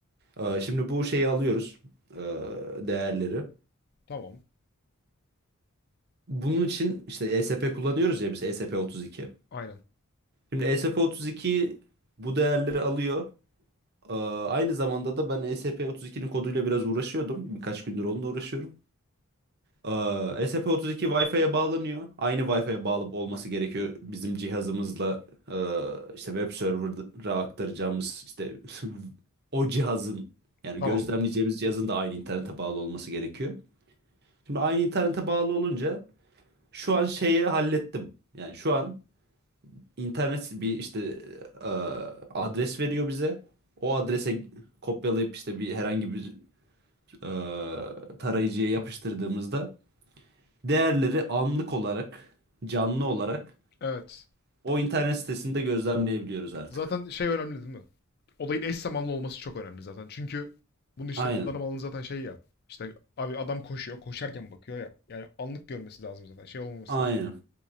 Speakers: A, on the right (about 50°); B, on the left (about 45°).
A: Ee, Şimdi bu şeyi alıyoruz. e, Değerleri.
B: Tamam.
A: Bunun için işte ESP kullanıyoruz ya biz ESP32.
B: Aynen.
A: Şimdi E S P otuz iki bu değerleri alıyor. Ee, aynı zamanda da ben E S P ESP32'nin koduyla biraz uğraşıyordum. Birkaç gündür onunla uğraşıyorum. Ee, E S P otuz iki Wi-Fi'ye bağlanıyor. Aynı Wi-Fi'ye bağlı olması gerekiyor bizim cihazımızla e, işte web server'a aktaracağımız işte <laughs> o cihazın yani
B: Tamam.
A: gözlemleyeceğimiz cihazın da aynı internete bağlı olması gerekiyor. Şimdi aynı internete bağlı olunca şu an şeyi hallettim. Yani şu an internet bir işte e, adres veriyor bize. O adrese kopyalayıp işte bir herhangi bir e, tarayıcıya yapıştırdığımızda değerleri anlık olarak, canlı olarak
B: Evet.
A: o internet sitesinde gözlemleyebiliyoruz artık.
B: Zaten şey önemli değil mi? Olayın eş zamanlı olması çok önemli zaten. Çünkü bunu işte
A: Aynen.
B: kullanım alanı zaten şey ya. İşte abi adam koşuyor. Koşarken bakıyor ya. Yani anlık görmesi lazım zaten. Şey olmaması
A: Aynen.
B: lazım.